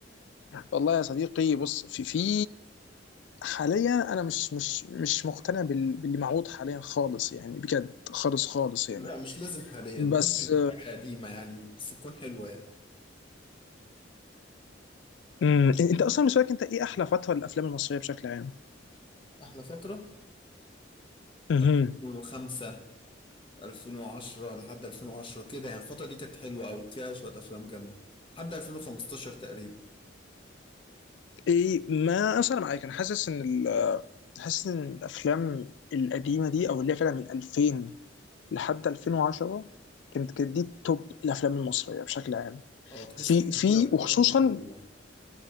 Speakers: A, on the left; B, on the left.
A: والله يا صديقي بص في في حاليا انا مش مش مش مقتنع بال- باللي معروض حاليا خالص يعني بجد خالص خالص
B: لا
A: يعني
B: مش لازم حاليا
A: بس
B: ممكن في حاجة قديمة يعني بس تكون حلوة يعني
A: امم انت اصلا بالنسبه لك انت ايه احلى فتره للافلام المصريه بشكل عام
B: احلى فترة
A: امم
B: 2005 2010 لحد 2010 كده يعني الفترة دي كانت حلوة أوي فيها شوية أفلام جامدة لحد 2015 تقريبا
A: ايه ما اصلا معاك انا حاسس ان ال- حاسس ان الافلام القديمه دي او اللي هي فعلا من 2000 لحد 2010 كانت كانت دي توب الافلام المصريه بشكل عام
B: اه تحس
A: في
B: إن كان
A: في
B: فيها أفكار
A: وخصوصا
B: كتير حلوة